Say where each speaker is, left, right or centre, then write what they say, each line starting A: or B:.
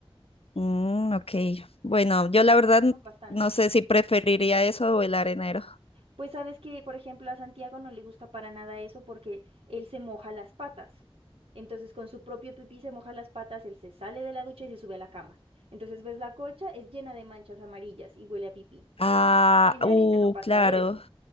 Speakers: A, on the left; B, on the right.
A: Mm, ok. Bueno, yo la
B: Limpiamos
A: verdad n-
B: bastante.
A: no sé si preferiría eso o el arenero.
B: Pues sabes que, por ejemplo, a Santiago no le gusta para nada eso porque él se moja las patas. Entonces, con su propio pipí se moja las patas, él se sale de la ducha y se sube a la cama. Entonces, ves la colcha, es llena de manchas amarillas y huele a pipí.
A: Ah,
B: En la
A: uh,
B: arena no pasa
A: claro,
B: eso,